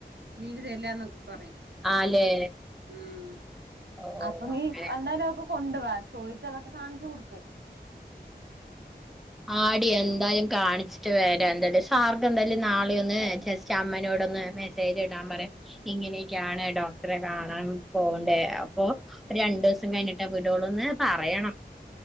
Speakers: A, on the right (about 85°); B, in the centre.
A: ലീവ് തരില്ലാന്നൊക്ക പറയും
B: ആല്ലേ
A: ഉം
B: ഓഹ്
A: അപ്പൊ നീ
B: അങ്ങനെ
A: എന്തായാലും അതൊക്കെ കൊണ്ട്‌ വാ ചോയിച്ച അതൊക്കെ കാണിച്ചു കൊടുക്ക്
B: ആടി എന്തായാലും കാണിച്ചിട്ട് വരാ എന്തായാലും സാർക്ക് എന്തായാലും നാളെയൊന്ന് ജസ്റ്റ് അമ്മനോ ടൊന്ന് മെസ്സേജ് ഇടാൻ പറയാം ഇങ്ങനെയൊക്കെയാണ് ഡോക്ടറെ കാണാൻ പോവണ്ടേ അപ്പൊ ഒരു രണ്ടു ദിവസം കഴിഞ്ഞിട്ടേ വിടൊള്ളൂന്ന് പറയണം